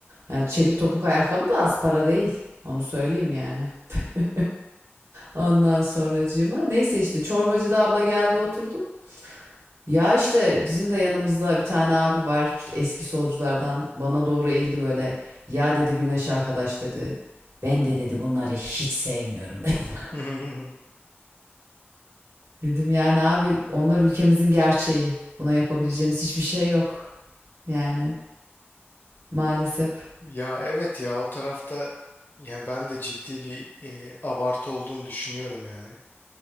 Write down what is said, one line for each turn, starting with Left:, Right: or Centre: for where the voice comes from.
Right: Yani çelik topuk ayakkabı da az para değil. Onu söyleyeyim yani. <laughs> Ondan sonracığıma. Neyse işte çorbacıda abla geldi oturdu. Ya işte bizim de yanımızda bir tane abi var işte eski solculardan bana doğru eğildi böyle. Ya dedi Güneş arkadaş dedi. Ben de dedi bunları hiç sevmiyorum dedi. <laughs>
Left: <laughs>
Right: Dedim yani abi onlar ülkemizin gerçeği. Buna yapabileceğimiz hiçbir şey yok. Yani maalesef.
Left: Ya evet ya o tarafta yani ben de ciddi bir e, abartı olduğunu düşünüyorum yani.